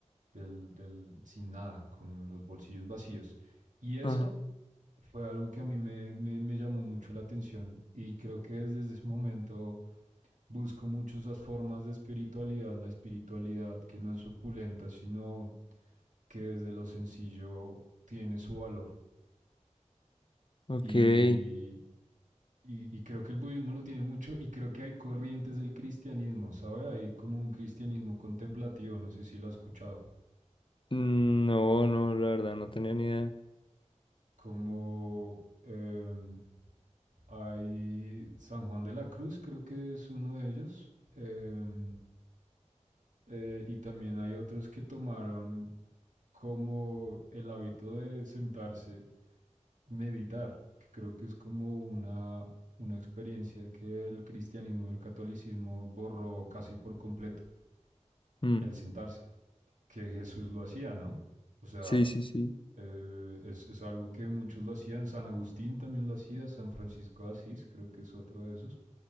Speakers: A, on the right; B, on the left.
A: del, del sin nada, con los bolsillos vacíos. Y eso
B: Ajá,
A: fue algo que a mí me, me, me llamó mucho la atención y creo que desde ese momento Busco mucho esas formas de espiritualidad, la espiritualidad que no es opulenta, sino que desde lo sencillo tiene su valor.
B: ok.
A: Y, y, y creo que el budismo lo tiene mucho y creo que hay corrientes del cristianismo, ¿sabe? Hay como un cristianismo contemplativo, no sé si lo ha escuchado.
B: Mm, No, no, la verdad, no tenía ni idea.
A: como em, hay San Juan de la Cruz, creo que es uno de ellos, em, eh, y también hay otros que tomaron como el hábito de sentarse, meditar, que creo que es como una, una experiencia que el cristianismo y el catolicismo borró casi por completo,
B: Mm,
A: el sentarse, que Jesús lo hacía, ¿no? O sea,
B: Sí, sí, sí.
A: eh, es, es algo que muchos lo hacían, San Agustín también lo hacía, San Francisco de Asís creo que es otro de esos,